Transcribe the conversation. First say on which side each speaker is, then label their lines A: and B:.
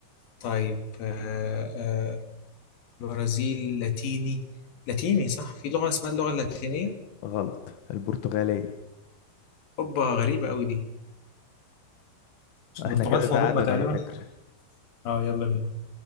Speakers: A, on the left; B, on the left.
A: طيب آه آه برازيل لاتيني لاتيني صح في لغة اسمها اللغة اللاتينية
B: غلط البرتغالية
A: هوبا غريبة أوي دي مش البرتغال
B: احنا كده
A: في
B: تعادل
A: أوروبا تقريبا
B: على فكرة
A: اه يلا بينا